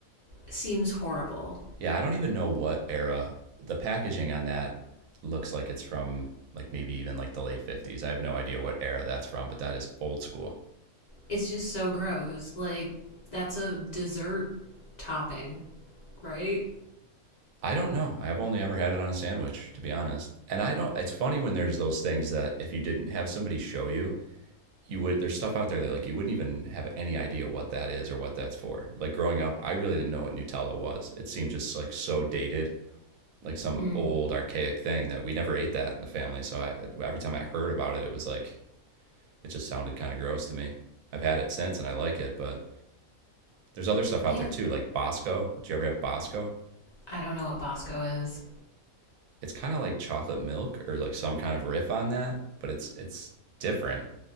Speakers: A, on the left (about 40°); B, on the right (about 75°).
A: seems horrible.
B: Yeah, I don't even know what era. The packaging on that looks like it's from like maybe even like the late 50s. I have no idea what era that's from, but that is old school.
A: It's just so gross. Like, that's a dessert topping, right?
B: I don't know. I've only ever had it on a sandwich, to be honest. And I don't. It's funny when there's those things that if you didn't have somebody show you, you would. There's stuff out there that like you wouldn't even have any idea what that is or what that's for. Like growing up, I really didn't know what Nutella was. It seemed just like so dated, like some
A: Hmm.
B: old archaic thing that we never ate that in the family. So I, every time I heard about it, it was like it just sounded kind of gross to me. I've had it since and I like it, but there's other stuff out
A: Yeah,
B: there too, like Bosco. Did you ever have Bosco?
A: I don't know what Bosco is.
B: it's kind of like chocolate milk or like some kind of riff on that, but it's it's different.